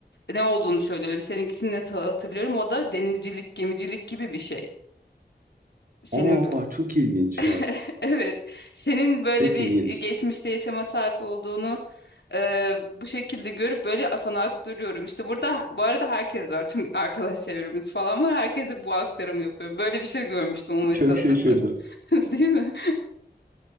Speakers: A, on the left (about 80°); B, on the right (about 55°).
A: ne olduğunu söylüyorum. Seninkisini de ta- hatırlıyorum. O da denizcilik, gemicilik gibi bir şey. Senin
B: Aa
A: bö-
B: çok ilginç
A: <laughs>
B: ya.
A: evet, senin böyle
B: Çok
A: bir
B: ilginç.
A: geçmişte yaşama sahip olduğunu e, bu şekilde görüp böyle sana aktarıyorum. İşte burada bu arada herkes var. Tüm arkadaş çevremiz falan var. Herkese bu aktarımı yapıyorum. Böyle bir şey görmüştüm o meditasyon
B: Çok şaşırdım.
A: sonra. <laughs> Değil mi?